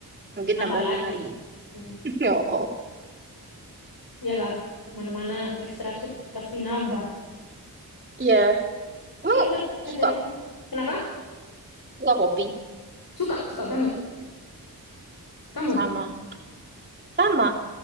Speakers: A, on the right; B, on the left.
A: mungkin
B: Nambah
A: tambah
B: lagi.
A: lima ribu
B: Mm-mm.
A: <laughs> oh oh.
B: Iyalah, mana-mana extra shoot pasti nambah.
A: iya kamu
B: Terus ada, ada-
A: suka
B: kenapa?
A: suka kopi
B: Suka, suka banget. Kamu?
A: sama sama